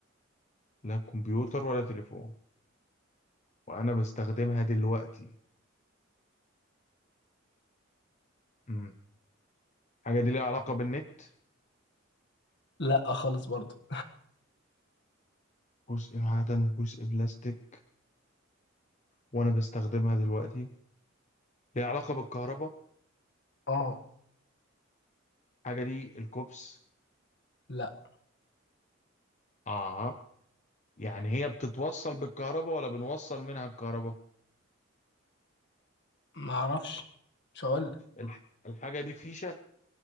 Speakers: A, on the left (about 35°); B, on the left (about 55°).
A: لا كمبيوتر ولا تليفون وأنا بستخدمها دلوقتي مم. الحاجة دي ليها علاقة بالنت
B: لا خالص برضو
A: جزء معدن وجزء بلاستيك وأنا بستخدمها دلوقتي ليها علاقة بالكهرباء
B: اه
A: الحاجة دي الكوبس
B: لا
A: آه يعني هي بتتوصل بالكهرباء ولا بنوصل منها الكهرباء
B: ما اعرفش مش هقول لك.
A: الح... الحاجة دي فيشة